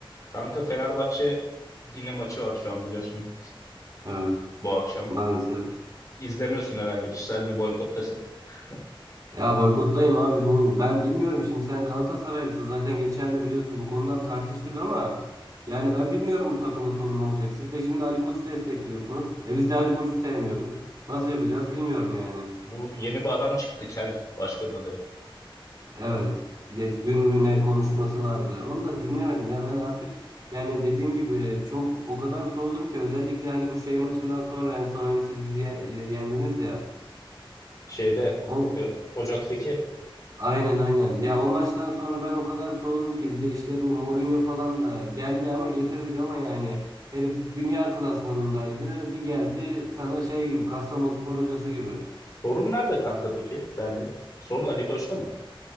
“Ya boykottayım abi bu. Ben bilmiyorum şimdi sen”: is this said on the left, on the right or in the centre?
Right